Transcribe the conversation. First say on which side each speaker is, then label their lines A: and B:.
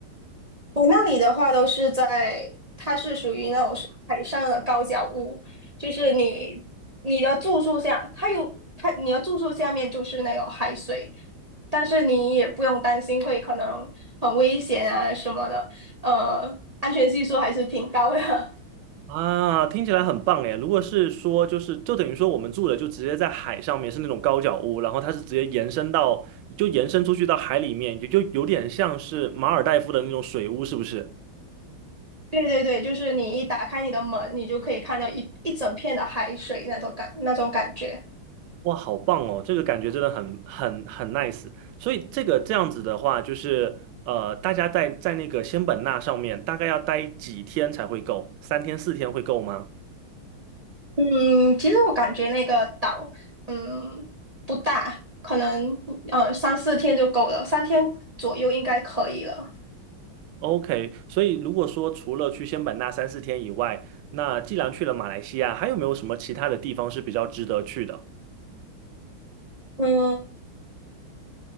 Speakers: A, on the right; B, on the right.
A: 我那里的话都是在，它是属于那种是海上的高脚屋，就是你你的住宿下，它有它你的住宿下面就是那种海水，但是你也不用担心会可能很危险啊什么的，呃，安全系数还是挺高的。
B: 啊，听起来很棒哎！如果是说，就是就等于说我们住的就直接在海上面，是那种高脚屋，然后它是直接延伸到，就延伸出去到海里面，也就有点像是马尔代夫的那种水屋，是不是？
A: <laughs> 对对对，就是你一打开你的门，你就可以看到一一整片的海水那种感那种感觉。
B: 哇，好棒哦！这个感觉真的很很很 nice。所以这个这样子的话，就是呃，大家在在那个仙本那上面大概要待几天才会够？三天四天会够吗？
A: 嗯，其实我感觉那个岛，嗯，不大，可能呃三四天就够了，三天左右应该可以了。
B: OK，所以如果说除了去仙本那三四天以外，那既然去了马来西亚，还有没有什么其他的地方是比较值得去的？
A: 嗯，